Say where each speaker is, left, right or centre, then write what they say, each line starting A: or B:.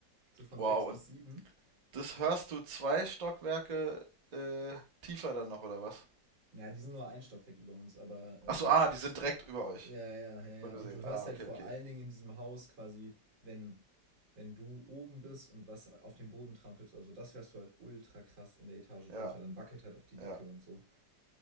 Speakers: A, on the right; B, on the right.
A: so von
B: Wow,
A: sechs bis
B: und
A: sieben.
B: Das hörst du zwei Stockwerke äh, tiefer dann noch, oder was?
A: Ja, die sind nur ein Stockwerk über uns, aber äh,
B: Achso, ah, die sind direkt über euch.
A: ja, ja, ja, ja.
B: So gesehen.
A: Und du hörst
B: Ah,
A: halt
B: okay,
A: vor
B: okay.
A: allen Dingen in diesem Haus quasi, wenn, wenn du oben bist und was auf dem Boden trampelst, also das hörst du halt ultra krass in der Etage
B: Ja,
A: drunter. Dann wackelt halt auch die
B: ja.
A: Decke und so.